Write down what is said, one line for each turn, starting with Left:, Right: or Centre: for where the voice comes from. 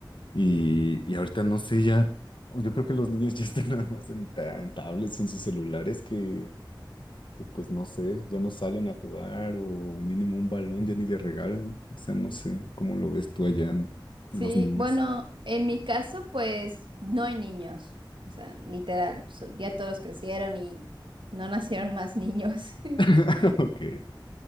Left: Y, y ahorita no sé, ya, yo creo que los niños <laughs> ya están nada más en, ta- en tablets, en sus celulares, que, que pues no sé, ya no salen a jugar o mínimo un balón ya ni le regalan. O sea, no sé, ¿cómo lo ves tú allá,
Right: Sí,
Left: los niños?
Right: bueno, en mi caso pues no hay niños, o sea, literal, so- ya todos crecieron y no nacieron más niños.
Left: <laughs>
Right: <laughs>
Left: Ok.